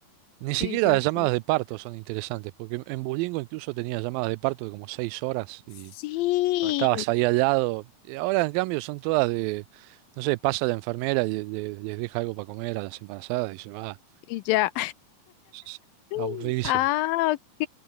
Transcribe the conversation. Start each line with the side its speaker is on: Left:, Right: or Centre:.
Right: Ni
Left: sí,
Right: siquiera
Left: sí,
Right: las
Left: sí.
Right: llamadas de parto son interesantes, porque en en Bulingo incluso tenía llamadas de parto de como seis horas y
Left: Sí,
Right: estabas ahí al lado. Y ahora en cambio son todas de, no sé, pasa la enfermera y le- le- les deja algo para comer a las embarazadas y se va.
Left: y ya.
Right: Es
Left: <laughs>
Right: Aburridísimo.
Left: Ah, ok,